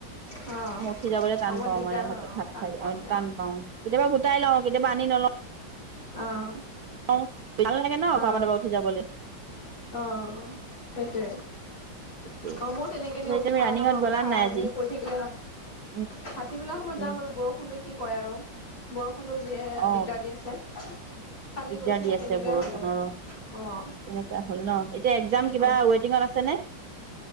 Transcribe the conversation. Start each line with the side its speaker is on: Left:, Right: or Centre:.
Left: অ'।
Right: মই উঠি যাবলৈ টান
Left: অকমান
Right: পাওঁ
Left: দিগদাৰ
Right: মানে, ভাতত
Left: হয় অ
Right: ভাত
Left: টান
Right: খাই
Left: পোৱা
Right: অ'
Left: মানে
Right: টান পাওঁ, কেতিয়াবা গোট গোটাই লওঁ, কেতিয়াবা আনি নলওঁ
Left: অ'।
Right: <inaudible> ভাল নালাগে ন, খোৱা
Left: অ
Right: পাতৰ পৰা উঠি যাবলে।
Left: অ', সেইটোৱে,
Right: এইটোৱে
Left: অ' মইও <unintelligible> উঠা-নমা-উঠা
Right: তুমি ৰানিঙত গ'লা নাই আজি
Left: এনেকে কৰি থাকিলে,
Right: উম
Left: ভাটিবেলা সময়ত
Right: উম
Left: যাম আৰু বৰষুণটো কি কৰে আৰু। বৰষুণো যিহে
Right: অ
Left: দিগদাৰ দি আছে। কালি
Right: দিগদাৰ
Left: গৈছিলো,
Right: দি আছে
Left: তেনেকুৱাই
Right: বৰষুণৰো
Left: হ'লে মানে, অ'।
Right: তেনেকুৱা হ'ল ন, এতিয়া এক্সাম কিবা
Left: অ
Right: ৱেইটিঙত আছে নে?